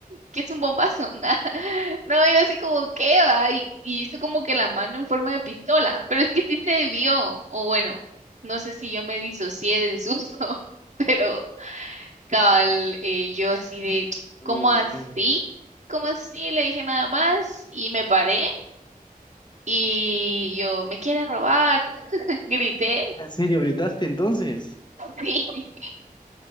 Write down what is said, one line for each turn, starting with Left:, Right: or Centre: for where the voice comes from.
Right: ¿qué es un bombazo? <laughs> No, yo así como, ¿qué va? Y, y hizo como que la mano en forma de pistola, pero es que sí se vio, o bueno, no sé si yo me disocié del susto, <laughs> pero cabal, eh, yo así de,
Left: Oh.
Right: ¿cómo así?
Left: ¿En
Right: ¿Cómo así? Le dije nada más y me paré y yo, ¿me quieren robar? <laughs> Grité
Left: serio gritaste entonces?
Right: Sí.